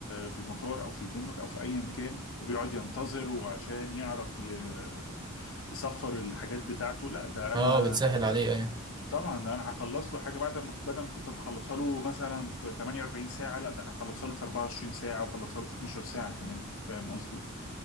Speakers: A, on the left; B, on the right.
A: في المطار او في الجمرك او في ايا كان وبيقعد ينتظر وعشان يعرف ي- يصفر الحاجات بتاعته لا ده انا
B: اه بتسهل عليه ايوه
A: طبعا انا هخلص له حاجه بعد ما بدل ما كنت مخلصها له مثلا في 48 ساعه لا ده انا هخلصها له في 24 ساعه وخلصها له في 12 ساعه كمان فاهم قصدي